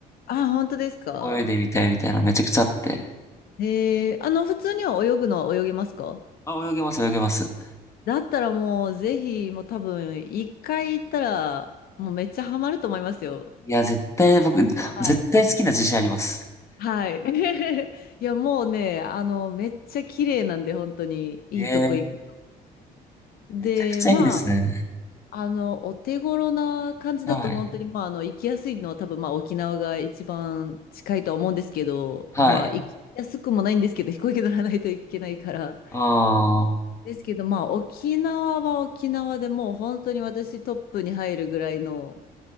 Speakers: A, on the left; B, on the left.
A: あ、本当ですか
B: 泳いでみたいみたいなめちゃくちゃあって。
A: へえー、あの、普通には泳ぐのは泳げますか
B: あ、泳げます、泳げます。
A: だったらもう、ぜひ、もう多分、一回行ったら、もうめっちゃハマると思いますよ。
B: いや、絶対僕、
A: はい。
B: 絶対好きな自信あります。
A: はい。<laughs> いや、もうね、あの、めっちゃ綺麗なんで、本当に、いいとこ行く。
B: ええ
A: で、
B: めちゃくちゃいいですね。
A: まあ、あの、お手頃な感じだと、
B: はい。
A: 本当に、まあ、あの、行きやすいのは多分、まあ、沖縄が一番近いとは思うんですけど、
B: はい。
A: まあ、行きやすくもないんですけど、飛行機乗らないといけないから、
B: ああ。
A: ですけど、まあ、沖縄は沖縄でもう本当に私トップに入るぐらいの